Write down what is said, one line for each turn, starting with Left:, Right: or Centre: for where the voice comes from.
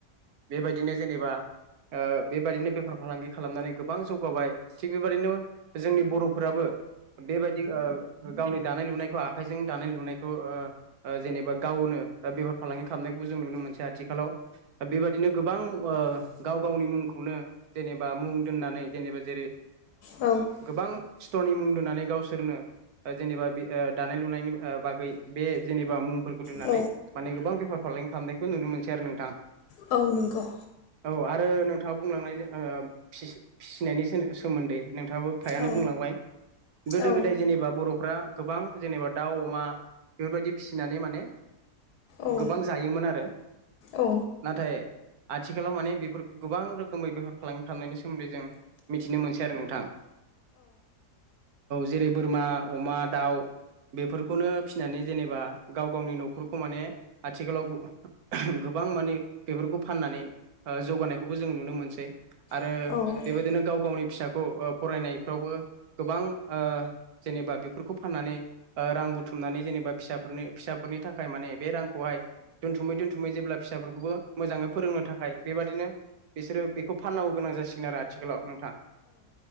Right: बेबायदिनो जेनेबा ओ बेबायदिनो बेफार फालांगि खालामनानै गोबां जौगाबाय थिग बेबायदिनो जोंनि बर'फोराबो बेबायदि ओ गावनि दानाय लुनायखौ आखाइजों दानाय लुनाय ओ जेनेबा गावनो ओ बेफार फालांगि खालामनायखौ जों नुनो मोनसै आथिखालाव ओ बेबादिनो गोबां ओ गाव गावनि मुंखौनो जेनेबा मुं दोननानै जेनेबा जेरै
Left: औ
Right: गोबां स्ट'रनि मुं दोनानै गावसोरनो ओ जेनेबा बि ओ दानाय लुनायनि ओ बाग बे जेनेबा मुंफोरखौ दोननानै
Left: औ
Right: माने गोबां बेफार फालांगि खालामनायखौ नुनो मोनसै आरो नोंथां
Left: औ नंगौ
Right: औ आरो नोंथाङा बुंलांनाय ओ फिसि-फिसिनायनि सोमोन्दै नोंथाङाबो फ्रायानो
Left: औ
Right: बुंलांबाय गोदो
Left: औ
Right: गोदाय जेनेबा बर'फ्रा गोबां जेनेबा दाउ अमा बेबायदि फिसिनानै माने
Left: औ
Right: गोबां जायोमोन आरो
Left: औ
Right: नाथाय आथिखालाव माने बेफोरखौ गोबां रोखोमै बेफार फालांगि खालामनायनि सोमोन्दै जों मिथिनो मोनासै आरो नोंथां जेरै बोरमा अमा दाउ बेफोरखौनो नानै जेनेबा गाव गावनि न'खरखौ माने आथिखालाव <unintelligible> गोबां माने बेफोरखौ बेफोरखौ फाननानै ओ जौगानायखौबो जोङो नुनो मोनसै आरो
Left: औ
Right: बेबायदिनो गाव गावनि फिसाखौ ओ फरायनायफ्रावबो गोबां ओ जेनेबा बेफोरखौ फाननानै ओ रा थुमनानै जेनेबा फिसाफोरनो फिसाफोरनि थाखाय माने बे रांखौहाय दोनथुमै दोनथुमै जेब्ला फिसाफोरखौबो मोजाङै फोरोंनो थाखाय बेबादिनो बिसोरो बेखौ फाननांगौ गोनां जासिगोन आरो आथिखालाव नोंथां